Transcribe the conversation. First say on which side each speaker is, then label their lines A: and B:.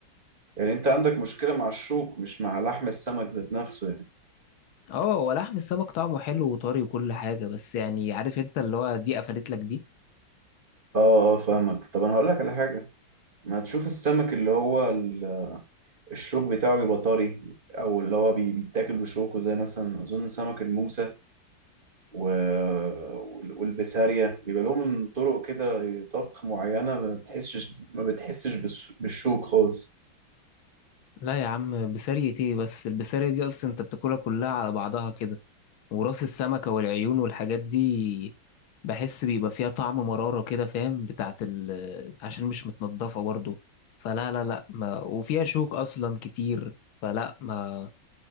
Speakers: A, on the right; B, on the left.
A: يعني انت عندك مشكلة مع الشوك مش مع لحم السمك ذات نفسه يعني
B: اه هو لحم السمك طعمه حلو وطري وكل حاجة بس يعني عارف انت اللي هو دي قفلت لك دي
A: اه اه فاهمك طب انا هقول لك على حاجة ما تشوف السمك اللي هو ال- الشوك بتاعه بيبقى طري او اللي هو بي- بيتاكل بشوكه زي مثلا اظن سمك الموسى و... وال- والبسارية بيبقى لهم طرق كده طبخ معينة ما بتحسش ما بتحسش بالش- بالشوك خالص
B: لا يا عم بسارية ايه بس البسارية دي اصلا انت بتاكلها كلها على بعضها كده وراس السمكة والعيون والحاجات دي بحس بيبقى فيها طعم مرارة كده فاهم بتاعت ال عشان مش متنضفة برضو فلا لا لا ما وفيها شوك اصلا كتير فلا ما